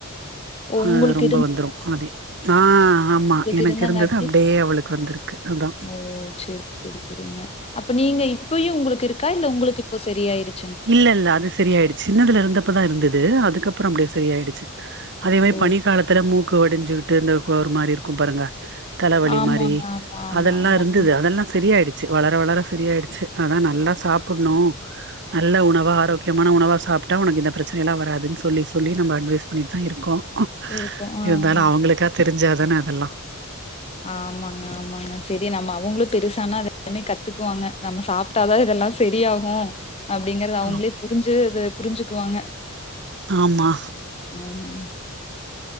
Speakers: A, on the left; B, on the right.
A: ஓ
B: ஆஹ்
A: உங்களுக்கு
B: ரொம்ப வந்துரும் அதேதா ஆஹ் ஆமா எனக்கு
A: இருந்தாங்காட்டி
B: இருந்தது அப்டியே அவளுக்கு வந்திருக்கு அதா
A: ஓ சரி சரி சரிங்க அப்ப நீ நீங்க இ பொய்யும் உங்களுக்கு இருக்கா இல்ல உங்களுக்கு இப்போ சரியாயிருச்ச
B: இல்ல இல்ல அது சரியயிடுச்சு சின்னதுல இருந்தப்பதான் இருந்தது இருந்தது அதுக்கப்புறம் அப்படியே சரி ஆயிடுச்சு அதே மாதிரி
A: ஓ
B: பனி காலத்துல மூ உடைஞ்சு விட்டு இருந்த ஒரு மாதிரி இருக்கும் பாருங்க தலைவழி
A: ஆமாங்க
B: மாதிரி
A: ஆமா ஆமா
B: அதெல்லாம்
A: ஆமா
B: இருந்தது
A: ம்
B: அதெல்லாம் சரியயிடுச்ச சேரி வளர வளர சரிய ஆயடுச்சு அதான் நல்லா சாப்பிடணும் நல்ல உணவாக ஆரோக்கியமான உணவாக சாப்பிட்டா உனக்கு இந்த பிரச்சனையெல்லாம் வராதுன்னு சொல்லி சொல்லி நம்ம அட்வைஸ் பண்ணிட்டு தான் இருக்கோம்
A: இருக்கு ஆ
B: இருந்தாலும்
A: ஆ
B: அவங்களுக்கா தெரி ஞ்சாதானே அதெல்லாம்
A: ஆமாங்க ஆமாங்க சரி நம்ம அவங்களும் பெருசானா அ எல்லாமே கத்துக்குவாங்க நம்ம சாப்பிட்டாதான் இதெல்லாம் சரியாகும் அப்படிங்கறது அவங்களே
B: ஆ
A: புரிஞ்சு புரிஞ்சுக்குவாங்க
B: ஆமா
A: உம்